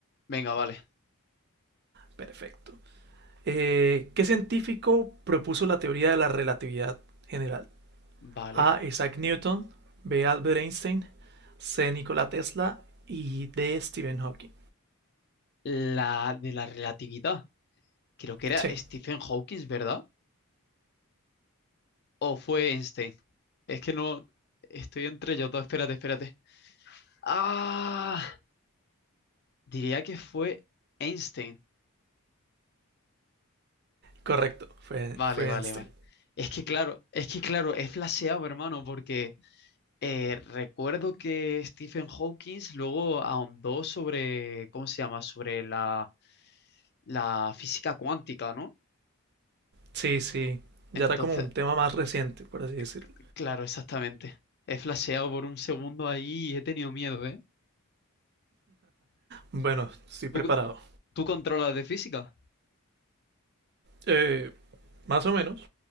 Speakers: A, on the left; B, on the right.
A: Venga, vale.
B: Perfecto. Eh, ¿qué científico propuso la teoría de la relatividad general?
A: Vale.
B: A. Isaac Newton, B. Albert Einstein, C. Nikola Tesla y D. Stephen Hawking.
A: La de la relatividad. Creo que era
B: Sí,
A: Stephen Hawking, ¿verdad? ¿O fue Einstein? Es que no... Estoy entre ellos dos. Espérate, espérate. Ah, diría que fue Einstein.
B: correcto, fue,
A: Vale,
B: fue
A: vale,
B: Einstein.
A: vale. Es que claro, es que claro, he flaseado, hermano, porque... Eh, recuerdo que Stephen Hawking luego ahondó sobre, ¿cómo se llama? Sobre la, la física cuántica, ¿no?
B: Sí, sí, ya
A: Entonces,
B: era como un tema más reciente, por así decirlo.
A: eh, c- claro, exactamente. He flasheado por un segundo ahí y he tenido miedo, ¿eh?
B: Bueno, estoy preparado.
A: ¿Tú, tú controlas de física?
B: Eh, más o menos.